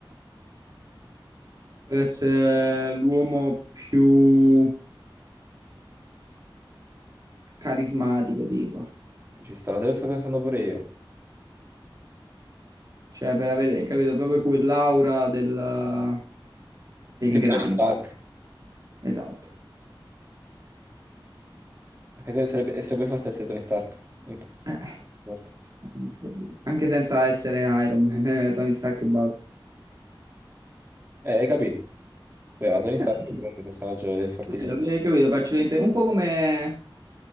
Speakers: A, on the right; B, on the right.
A: Per essere l'uomo più carismatico, tipo.
B: Ci sta, lo sto pensando pure io.
A: Cioè, per avere, capito, proprio quell'aura del... Del
B: Tipo
A: grande,
B: Tony Stark.
A: esatto.
B: E sarebbe, e sarebbe forse essere Tony Stark. Il p-
A: Eh,
B: forte.
A: non si può dire. Anche senza essere Iron Man, eh, Tony Stark e basta.
B: Eh, hai capito? Beh, ma Tony Stark
A: Eh,
B: è proprio
A: sì,
B: un personaggio è fortissimo.
A: quello che capito, faccio l'ente- un po' come,